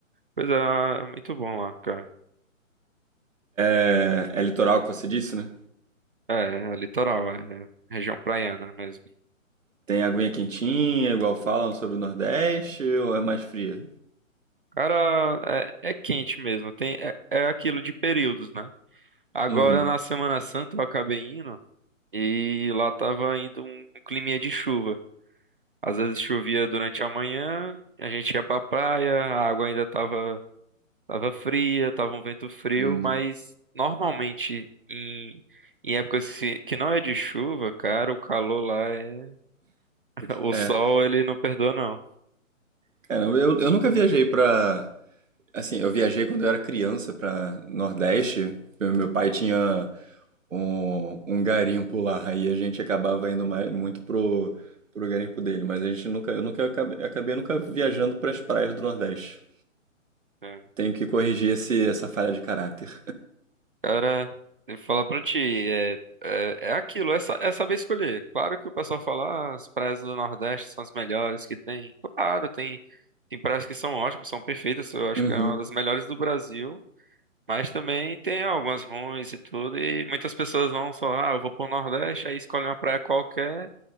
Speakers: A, on the right; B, on the right.
A: Pois é, é muito bom lá, cara.
B: É, é litoral que você disse, né?
A: É, é litoral, é, é região praiana mesmo.
B: Tem aguinha quentinha, igual falam sobre o Nordeste, ou é mais fria?
A: Cara, é, é quente mesmo. Tem, é, é aquilo de períodos, né? Agora
B: Uhum.
A: na Semana Santa eu acabei indo e lá tava indo um, um climinha de chuva. Às vezes chovia durante a manhã, a gente ia pra praia, a água ainda tava, tava fria, tava um vento frio,
B: Hum.
A: mas normalmente em, em épocas que, que não é de chuva, cara, o calor lá é. <laughs> O
B: É,
A: sol ele não perdoa, não.
B: cara, eu, eu nunca viajei pra. Assim, eu viajei quando eu era criança pra Nordeste. Meu, meu pai tinha um, um garimpo lá. Aí a gente acabava indo mais, muito pro, pro garimpo dele. Mas a gente nunca, eu nunca acabei, acabei nunca viajando pras praias do Nordeste.
A: né?
B: Tenho que corrigir esse, essa falha de caráter.
A: Cara, eu vou falar pra ti, é, é, é aquilo, é, sa- é saber escolher. Claro que o pessoal fala, ah, as praias do Nordeste são as melhores que tem. Claro, tem, tem praias que são ótimas, são perfeitas, eu acho
B: Uhum.
A: que é uma das melhores do Brasil, mas também tem algumas ruins e tudo, e muitas pessoas vão só, ah, eu vou pro Nordeste, aí escolhe uma praia qualquer